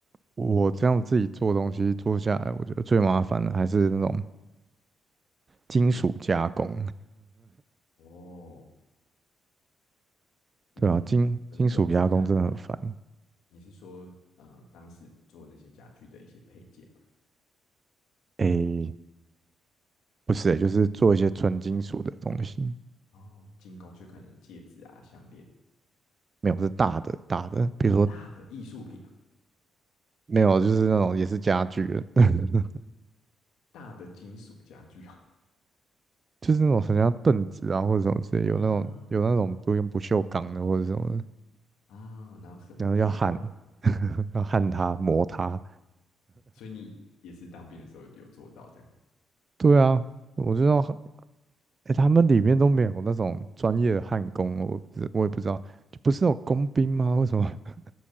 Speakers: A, on the right; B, on the left.
A: 我这样自己做东西做下来，我觉得最麻烦的还是那种金属加工。
B: 哦，
A: <laughs>
B: 你们你们那时候做家哦，
A: 对啊，金金属加工真的很烦。
B: 你是说呃当时做那些家具的一些配件嘛？
A: 诶，不是、欸，就是做一些纯金属的东西，
B: 哦，精工就可能戒指啊、项链，
A: 没有是大的大的，比如说
B: 大的艺术品啊，
A: 没有就是那种也是家具的 <laughs>
B: 大的金属家具啊，
A: 就是那种什么像凳子啊或者什么之类，
B: 啊
A: 有那种有那种都用不锈钢的或者什么的
B: 啊，然后什么铁管。
A: 然后要焊要焊它磨它，
B: 哦，所以你也是当兵的时候有做到这样。
A: 对啊，我知道，哎、他们里面都没有那种专业的焊工，我不知我也不知道，就不是有工兵吗？为什么？<laughs>